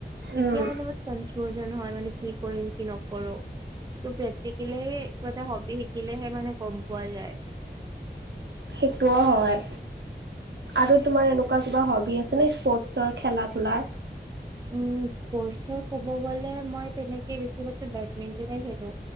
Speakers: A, on the right; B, on the right.
A: তেতিয়া
B: উম,
A: মানে বহুত কনফিউজন হয় মানে কি কৰিম কি নকৰোঁ। ত প্ৰেক্টিকেলি কিবা এটা হবি শিকিলেহে মানে গম পোৱা যায়।
B: সেইটোও হয়। আৰু তোমাৰ এনেকোৱা কিবা হবি আছেনে স্পৰ্টছৰ খেলা ধূলাৰ।
A: উ স্পৰ্টছৰ ক'ব গলে মই তেনেকে বেছিভাগতো বেডমিন্টনে খেলো